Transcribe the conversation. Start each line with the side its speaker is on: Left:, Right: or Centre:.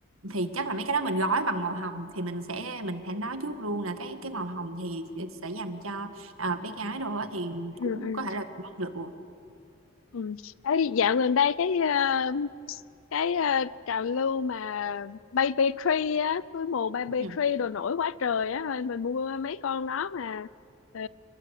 Right: thì chắc là mấy cái đó mình gói bằng màu hồng thì mình sẽ mình phải nói trước luôn là cái cái màu hồng thì sẽ dành cho à, bé gái đồ á thì
Left: ừ
Right: cũng
Left: ừ
Right: có thể là bắt được
Left: ừ. ấy dạo gần đây cái ờ, cái ờ, trào lưu mà baby tree á túi mù baby
Right: Ừ.
Left: tree đồ nổi quá trời á thôi mình mua mấy con đó mà ờ,